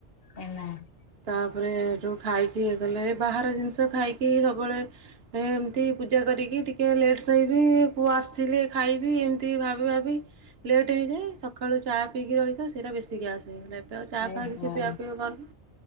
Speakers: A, on the left; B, on the right.
A: ଏ <unintelligible>
B: ତାପରେ ଏଠୁ ଖାଇକି ହେଇଗଲେ ବାହାର ଜିନିଷ ଖାଇକି ସବୁବେଳେ ଏମିତି ପୂଜା କରିକି ଟିକିଏ ଲେଟ୍ ଶୋଇବି ପୁଅ ଆସିଲେ ଖାଇବି ଏମିତି ଭାବି ଭାବି ଲେଟ୍ ହେଇଯାଏ ସକାଳୁ ଚା ପିଇକି ରହିଥାଉ ସେଇଟା ବେଶୀ ଗ୍ୟାସ୍ ହେଇଗଲା। ଚା
A: ଏ
B: ଫାଇ
A: ହଁ
B: କିଛି ପିଆ ପିଇ କରୁନୁ